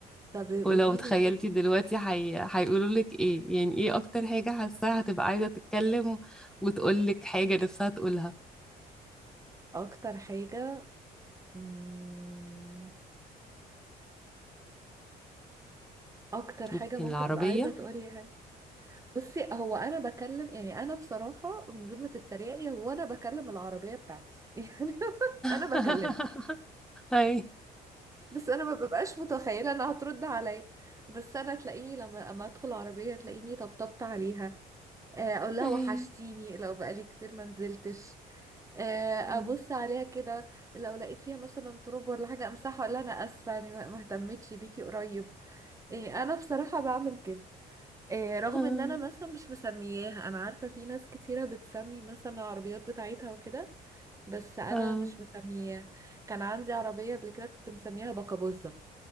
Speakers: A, on the right; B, in the centre.
A: طب قوليلي
B: ولو تخيلتي
A: كده
B: دلوقتي حي... هيقولوا لك ايه يعني ايه اكتر حاجه حاساها هتبقى عايزه تتكلم وتقول لك حاجه نفسها تقولها
A: أكتر حاجة مم، أكتر حاجة
B: ممكن
A: ممكن
B: العربيه
A: تبقى عايزة تقولي بصي هو انا بكلم يعني انا بصراحه من غير ما تتريقي هو انا بكلم العربيه بتاعتي <laughs> يعني انا
B: <laughs>
A: بكلمها
B: اي
A: بس انا ما ببقاش متخيله انها هترد عليا بس انا تلاقيني لما اما ادخل العربيه تلاقيني طبطبت عليها آه، اقول لها
B: اي
A: وحشتيني لو بقالي كتير ما نزلتش آه،
B: اه
A: ابص عليها كده لو لقيت فيها مثلا تراب ولا حاجه امسحها اقول لها انا اسفه يعني ما ما اهتمتش بيكي قريب إيه، انا بصراحه بعمل كده آه، رغم
B: اه
A: ان انا مثلا مش مسمياها انا عارفة في ناس كتيرة بتسمي مثلا العربيات بتاعتها وكده بس انا
B: اه
A: مش مسمياها كان عندي عربية قبل كده كنت مسميها بكابوزة